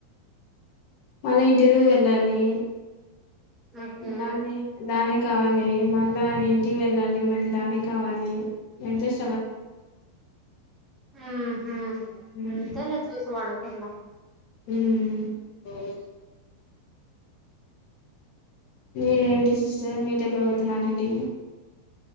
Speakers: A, on the left (about 45°); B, on the right (about 15°).
A: మళ్ళా ఇంటర్వ్యూ వెళ్ళాలి
B: ఓకే
A: దారినీ దాని కావాలి మళ్ళ ఇంటికి వెళ్ళాలి మళ్ళీ దాని కావాలి ఇంట్రెస్ట్
B: ఆహా
A: మ్మ్
B: అంతేలే తెలిసు వాడుకోళ్ల
A: ఉమ్ మీరేంటి సిస్టర్ మీరేప్పుడు పోతున్నారు ఇంటికి